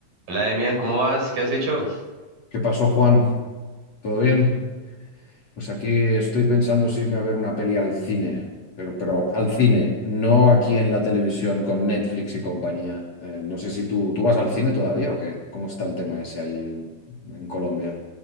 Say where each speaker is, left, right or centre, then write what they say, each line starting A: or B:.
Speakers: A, on the right (about 50°); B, on the left (about 35°).
A: Hola, Demian, ¿cómo vas? ¿Qué has hecho?
B: ¿Qué pasó, Juan? ¿Todo bien? Pues aquí estoy pensando si irme a ver una peli al cine, pero, pero al cine, no aquí en la televisión con Netflix y compañía. Eh, no sé si tú, tú vas al cine todavía o qué. ¿Cómo está el tema ese ahí en, en Colombia?